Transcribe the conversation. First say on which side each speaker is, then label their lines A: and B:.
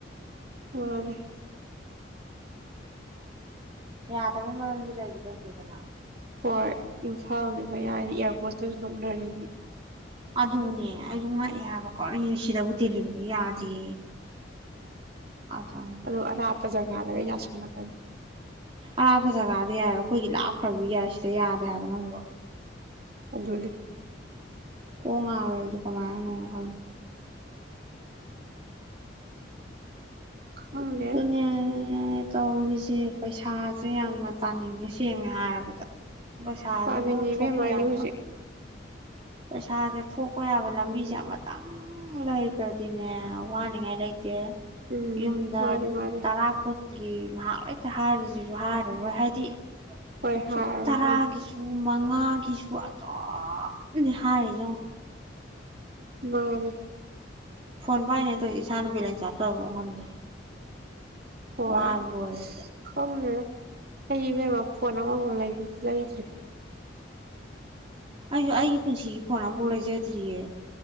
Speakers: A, on the right; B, on the right.
A: ꯍꯅꯤ
B: ꯌꯥꯗ ꯃꯔꯝꯗꯤ ꯂꯩ ꯂꯩꯇꯦꯗꯅꯥ
A: ꯍꯣꯏ ꯏꯝꯐꯥꯜꯗꯤ ꯃꯌꯥꯗꯤ ꯏꯌꯥꯔꯄꯣꯔꯠꯇꯁꯨ ꯅꯣꯛꯅꯔꯤꯅꯤ
B: ꯑꯗꯨꯅꯦ ꯑꯩꯁꯨ ꯉꯛꯑꯦ ꯍꯥꯏꯕ ꯀꯧꯅꯦ ꯁꯤꯗꯕꯨ ꯗꯦꯜꯂꯤꯕꯗꯤ ꯌꯥꯗꯦ ꯖꯥꯠꯅꯤ
A: ꯑꯗꯨ ꯑꯔꯥꯞꯄ ꯖꯒꯥꯗꯒ ꯌꯥꯁꯜꯂꯛꯀꯅꯤ
B: ꯑꯔꯥꯞꯄ ꯖꯒꯥꯗ ꯌꯥꯏꯕ ꯑꯩꯈꯣꯏꯒꯤ ꯂꯥꯞꯈ꯭ꯔꯕ ꯌꯥꯏ ꯁꯤꯗ ꯌꯥꯗꯦ ꯍꯥꯏꯕ ꯅꯪꯕꯨ
A: ꯑꯗꯨꯗꯂ
B: ꯀ ꯉꯔꯦꯁꯨ ꯀꯃꯥꯏꯅ ꯍ
A: ꯈꯪꯗꯦ
B: ꯄꯨꯅ ꯇꯧꯔꯤꯁꯦ ꯄꯩꯁꯥꯁꯦ ꯌꯥꯝꯅ ꯇꯥꯅꯤꯡꯉꯦ ꯁꯦꯡꯅ ꯍꯥꯏꯔꯕꯗ ꯄꯩꯁꯥꯁꯤꯕꯨ
A: ꯇꯥꯅꯤꯡꯉꯦ
B: ꯊꯣꯛꯄ
A: ꯏꯕꯦꯝꯃ ꯑꯩꯗꯤ
B: ꯌꯥꯕ
A: ꯍꯧꯖꯤꯛ
B: ꯄꯩꯁꯥꯁꯦ ꯊꯣꯛꯄ ꯌꯥꯕ ꯂꯝꯕꯤꯁꯦ ꯑꯃꯇꯪ ꯂꯩꯈ꯭ꯔꯗꯤꯅꯦ ꯋꯥꯅꯤꯉꯥꯏ ꯂꯩꯇꯦ
A: ꯎꯝ
B: ꯌꯨꯝꯗ
A: ꯃꯥꯅꯤ ꯃꯥꯅꯤ
B: ꯇꯔꯥ ꯀꯨꯟꯒꯤ ꯉꯍꯥꯛ ꯍꯦꯛꯇ ꯍꯥꯏꯔꯤꯁꯤꯁꯨ ꯍꯥꯔꯔꯣꯏ ꯍꯥꯏꯗꯤ
A: ꯍꯣꯏ ꯍꯥꯏꯔꯣ
B: ꯁ ꯇꯔꯥꯒ ꯨ ꯃꯉꯥꯒꯤꯁꯨ ꯑꯇꯣꯞꯅꯦ ꯍꯥꯏꯔꯤ ꯌꯦ
A: ꯃꯥꯅꯦꯦ
B: ꯐꯣꯟ ꯄꯥꯏꯅꯦ ꯑꯗꯨꯧꯗꯤ ꯏꯁꯥꯅ ꯕꯤꯂꯦꯟꯁ ꯆꯥꯞꯇ꯭ꯔꯕꯥꯎ ꯉꯝꯗ꯭ꯔꯦ
A: ꯍꯣꯏ
B: ꯋꯥꯕ ꯂꯣꯏꯔꯦ ꯁꯤꯗ
A: ꯈꯪꯅꯦ ꯑꯩ ꯃꯦꯝꯃ ꯐꯣꯟ ꯑꯃꯥꯎ ꯂꯩ ꯂꯩꯗ꯭ꯔꯦ
B: ꯑ ꯑ ꯄꯨꯁꯤ ꯐꯣꯟꯣꯟ ꯣꯂꯥꯏꯖꯗ꯭ꯔꯤꯌꯦ